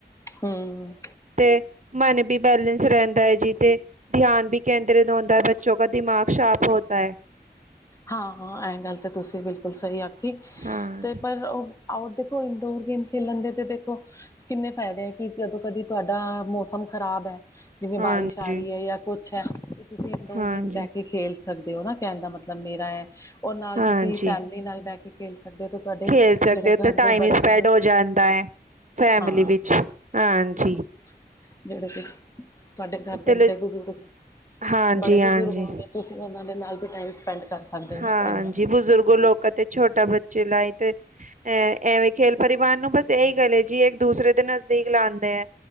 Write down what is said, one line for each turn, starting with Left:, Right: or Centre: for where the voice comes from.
Left: ਹੂ,,,
Right: ਤੇ ਮਨੇ ਵੀ ਬੈਲੇੈਂਸ ਰਹਿੰਦਾ ਹੈ ਜੀ। ਤੇ ਧਿਆਨ ਵੀ ਕੇਂਦਰਿਤ ਹੁੰਦਾ ਹੈ ਬੱਚੋਂ ਕ ਦਿਮਾਗ ਸ਼ਾਰਪ ਹੋਤਾ ਹੈ।
Left: ਹਾਂ ਹਾਂ ਇਹ ਗੱਲ ਤਾਂ ਤੁਸੀਂ ਬਿਲਕੁਲ ਸਹੀ ਆਖੀ
Right: ਹਾਂ,
Left: ਤੇ ਪਰ ਉਹ ਆਊਟ ਦੇਖੋ ਇੰਡੋਰ ਗੇਮ ਖੇਲਣ ਦੇ ਤੇ ਦੇਖੋ ਕਿੰਨੇ ਫਾਇਦੇ ਹੈ ਕਿ ਜਦੋਂ ਕਦੀ ਤੁਹਾਡਾ ਮੌਸਮ ਖ਼ਰਾਬ ਹੈ। ਜਿਵੇਂ ਬਾਰਿਸ਼
Right: ਹਾਂਜੀ,
Left: ਆ ਰਹੀ ਹੈ ਜਾਂ ਕੁਛ ਹੈ ਤੇ ਤੁਸੀਂ ਇਨਡੋਰ
Right: ਹਾਂਜੀ,
Left: ਗੇਮ ਬਹਿ ਕੇ ਖੇਲ ਸਕਦੇ ਹੋ ਨਾ ਕਹਿਣ ਦਾ ਮਤਲਬ ਮਤਲ ਮੇਰਾ ਹੈ ਉਹ ਨਾਲ
Right: ਹਾਂਜੀ।
Left: ਤੁਸੀਂ ਫੈਮਿਲੀ ਨਾਲ ਬਹਿ ਕੇ ਖੇਲ ਸਕਦੇ ਹੋ ਤੇ ਤੁਹਾਡੇ
Right: ਖੇਲ ਸਕਦੇ
Left: ਜਿਹੜੇ
Right: ਹੋ ਟਾਈਮ
Left: ਘਰ ਦੇ
Right: ਹੀ
Left: ਬੜੇ
Right: ਸਪੈਂਡ
Left: ਬਜ਼ੁਰਗ
Right: ਹੋ ਜਾਂਦਾ ਹੈ ਫੈਮਲੀ
Left: ਹਾਂ
Right: ਵਿੱਚ ਹਾਂਜੀ
Left: ਹਾਂ ਜਿਹੜੇ ਕਿ ਤੁਹਾਡੇ ਘਰ ਦੇ
Right: ਤੇ ਲ
Left: ਬੜੇ ਬਜ਼ੁਰਗ
Right: ਹਾਂਜੀ
Left: ਬੜੇ ਬਜ਼ੁਰਗ
Right: ਹਾਂਜੀ
Left: ਆਉਦੇ ਤੁਸੀਂ ਉਹਨਾਂ ਦੇ ਨਾਲ ਵੀ ਟਾਈਮ ਸਪੈਂਡ ਕਰ ਸਕਦੇ ਹੋ
Right: ਹਾਂਜੀ
Left: ਨਾ ਕਹਿਣ ਦਾ
Right: ਬਜ਼ੁਰਗ ਲੋਕ ਤੇ ਛੋਟਾ ਬੱਚੇ ਲਾਈ ਤੇ ਅ ਐਵੇਂ ਖੇਲ ਪਰਿਵਾਰ ਨੂੰ ਬਸ ਇਹੀ ਗੱਲ ਹੈ ਜੀ ਇੱਕ ਦੂਸਰੇ ਦੇ ਸੀਖ ਲੈਂਦੇ ਹੈ